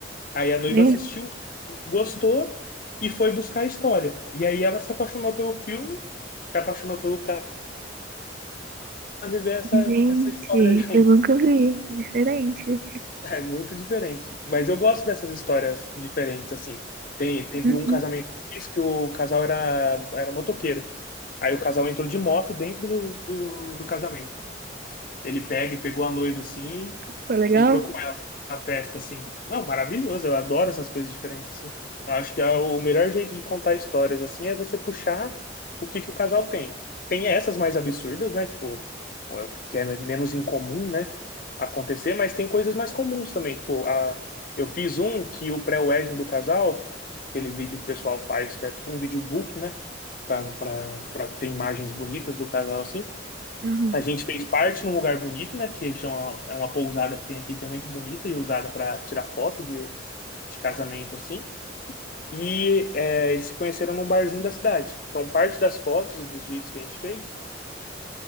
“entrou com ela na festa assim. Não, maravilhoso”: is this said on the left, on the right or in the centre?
Left